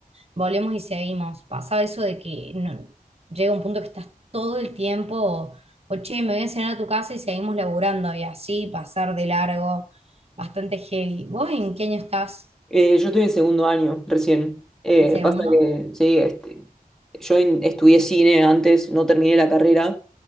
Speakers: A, on the right (about 45°); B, in the centre.
A: volvemos y seguimos. Pasaba eso de que no- llega un punto que estás todo el tiempo, o, o, che, me voy a cenar a tu casa y seguimos laburando y así pasar de largo, bastante heavy. ¿Vos en qué año estás?
B: Eh, yo estoy en segundo año recién. Eh,
A: ¿En segundo?
B: pasa que, sí, este, yo en- estudié cine antes, no terminé la carrera,